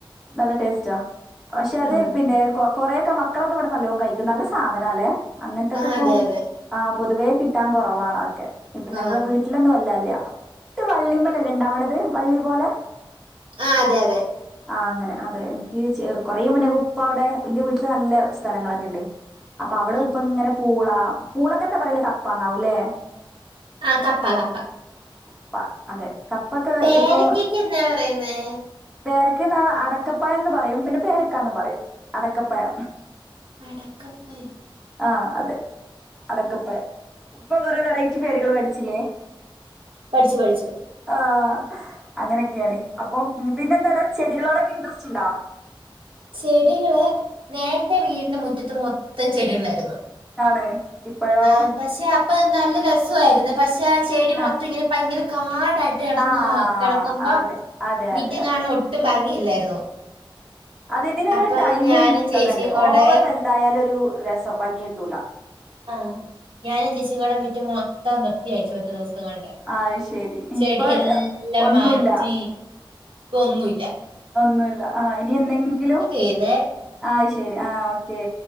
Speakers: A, in the centre; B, on the right.
A: നല്ല ടേസ്റ്റാ പക്ഷെ അത്
B: ആ
A: പിന്നെ കോ കൊറെക്കെ മക്കളൊക്കെ ഇവിടെ നല്ലോംകഴിക്കും നല്ല സാധന അല്ലെ അങ്ങനത്തൊക്കെ
B: ആ,
A: ഇപ്പ
B: അതെ അതെ
A: ആ പൊതുവേ കിട്ടാൻ കുറവാണോക്കെപ്പ
B: ആ
A: നമ്മെ വീട്ടിലൊന്നും വല്ല ഇല്ല ഇട്ട് വള്ളിമ്മലല്ലേ ഉണ്ടാവണത് വള്ളി പോലെ
B: ആഹ് അതെ അതെ
A: ആഹ് അങ്ങനെ അതെ എനിക്ക് കൊറെ മുന്നൊക്കെ ഉപ്പ അവിടെ എന്റെ വീട്ടില് നല്ല സ്ഥലങ്ങളൊക്കെ ഉണ്ട് അപ്പൊ അവിടെ
B: ഉം.
A: ഉപ്പ ഇങ്ങനെ പൂള പൂളൊക്കെന്താ പറയല കപ്പന്നാവുംല്ലേ
B: ആഹ് കപ്പാ കപ്പാ
A: പ്പ അതെ കപ്പൊക്കെ
B: പേരയ്ക്കൊക്കെ
A: ഇപ്പൊ
B: എന്നാ പറയുന്നേ
A: പേരക്ക് എന്നാ അടക്കപ്പയം എന്ന് പറയും പിന്നെ പേരക്കാന്ന് പറയും അടക്കപ്പയം
B: അടക്കപ്പയം
A: ആഹ് അതെ അടക്കപ്പയം ഇപ്പൊ കൊറെ വെറൈറ്റി പേരുകൾ പടി ചിലെ
B: പഠിച്ചു പഠിച്ചു
A: ആഹ് അങ്ങനെയൊക്കെയാണ് അപ്പം പിന്നെ എന്താടാ ചെടികളോടൊക്കെ ഇണ്ടറസ്റ്റ് ഉണ്ടോ
B: ചെടികള് നേരത്തെ വീടിന്റെ മുറ്റത്ത് മൊത്തം ചെടികളായിരുന്നു
A: ആണ് ഇപ്പോഴോ
B: ആ പക്ഷെ അപ്പൊ നല്ല രസമായിരുന്നു പക്ഷെ ആ ചെടി മൊത്തം
A: ആഹ്
B: ഇങ്ങനെ ഭയങ്കര കാ ടായിട്ട് കിടന്ന
A: ആഹ്
B: കിടക്കുമ്പ
A: അതെ അതെ
B: മിറ്റം
A: അതെ അതെ
B: കാണാൻ ഒട്ടും ഭംഗിയില്ലായിരുന്നു
A: അതദേതിനൊരു
B: അപ്പൊ
A: രു ടൈമും
B: ഞാനും
A: ഇതൊക്കെ
B: ചേച്ചിയും
A: ഉണ്ട്
B: കൂടെ
A: ഓവർ വെൽത് ആയാല് ഒരു രസം ഭംഗി കിട്ടൂല
B: ആ ഞാന് ചേച്ചികൂടേ മിറ്റം മൊത്തം വൃത്തിയാക്കി ഒറ്റ ദിവസം കൊണ്ട്
A: ആ അത് ശരി
B: ചെടിയെല്ലാം
A: ഇപ്പൊ ഒന്നുല്ല
B: മാറ്റി പ്പന്നൂല്ല
A: ന്നൂല്ല ആ ഇനി എന്നെങ്കിലും
B: ചെയ്ത്
A: ആഹ് ശരി ആഹ് ഓക്കേ